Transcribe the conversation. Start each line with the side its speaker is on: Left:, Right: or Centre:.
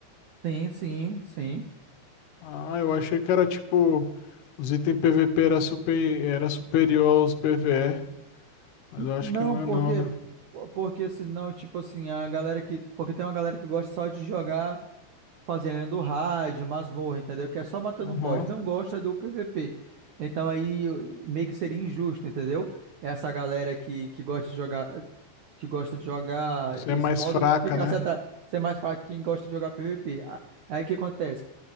Right: Sim, sim, sim.
Left: Ah, eu achei que era tipo. Os itens PVP era, super, era superior aos PVE. Mas eu acho
Right: Não,
Left: que não é
Right: porque
Left: não, né?
Right: porque senão, tipo assim, a galera que, porque tem uma galera que gosta só de jogar fazendo raid, masmorra, entendeu? Que é só matando
Left: Aham.
Right: boss, não gosta do PVP. Então aí eu- meio que seria injusto, entendeu? Essa galera que, que gosta de jogar que gosta de jogar
Left: Você
Right: esse
Left: é mais
Right: modo
Left: fraca,
Right: ficasse
Left: né?
Right: atrás, ser mais pra quem gosta de jogar PVP. A- Aí o que acontece?